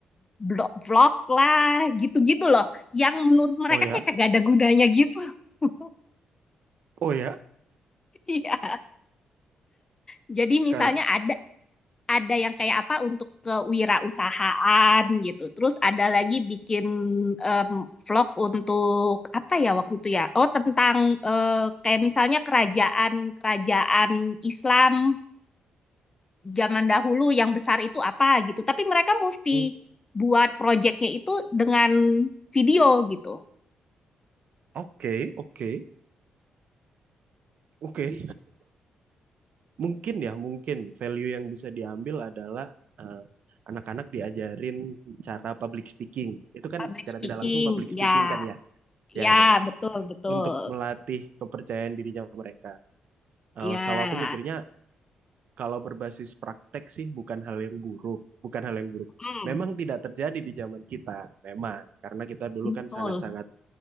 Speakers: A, on the left; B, on the right.
A: blog vlog lah, gitu-gitu loh. Yang menurut mereka
B: Oh ya.
A: kayak kagak ada gunanya gitu. <laughs>
B: Oh ya.
A: Iya. Jadi misalnya
B: Kalau
A: ada ada yang kayak apa untuk kewirausahaan gitu. Terus ada lagi bikin em, vlog untuk apa ya waktu itu ya? Oh, tentang eh, kayak misalnya kerajaan-kerajaan Islam zaman dahulu yang besar itu apa gitu. Tapi mereka mesti
B: Hmm.
A: buat projectnya itu dengan video gitu.
B: oke, oke, oke. mungkin ya mungkin value yang bisa diambil adalah eh, anak-anak diajarin cara public speaking itu kan
A: Public
B: secara
A: speaking,
B: tidak langsung public
A: ya,
B: speaking kan ya
A: ya,
B: ya kan ya kan
A: betul, betul,
B: untuk melatih kepercayaan dirinya mereka Eh,
A: ya,
B: kalau aku mikirnya kalau berbasis praktek sih bukan hal yang buruk bukan hal yang buruk
A: hmm,
B: memang tidak terjadi di zaman kita memang karena kita dulu
A: betul,
B: kan sangat-sangat